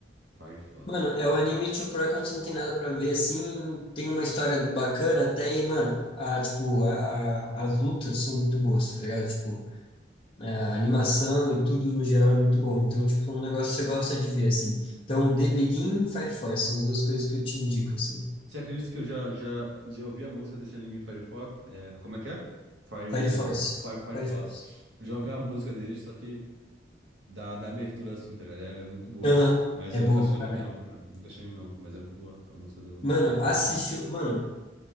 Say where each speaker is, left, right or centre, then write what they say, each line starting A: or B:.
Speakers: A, on the right; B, on the left.
A: Fire Fox,
B: Mano, é
A: pode
B: o anime,
A: crer.
B: tipo, pra quando você não tem nada pra ver, assim, tem uma história bacana até e, mano, a, tipo, a, a- as lutas são muito boas, tá ligado? Tipo, é, a animação e tudo no geral é muito bom. Então, tipo, é um negócio que você gosta de ver, assim. Então, The Begin e Fire Force são as duas coisas que eu te indico, assim.
A: Você acredita que eu já, já, já ouvi a música desse anime Fire Fox? É, como é que é? Fire,
B: Fire Force.
A: Fire, Fire
B: Fire
A: Fox.
B: Force.
A: Eu já ouvi a música dele, só que da, da abertura assim, tá ligado? É, é muito boa.
B: Aham.
A: Mas
B: É
A: eu
B: boa
A: nunca assisti
B: pra
A: o
B: caralho.
A: anime, não. É, nunca assisti o anime, não. Mas é muito boa a música do,
B: Mano,
A: da abertura
B: assiste.
A: dele.
B: o- Mano,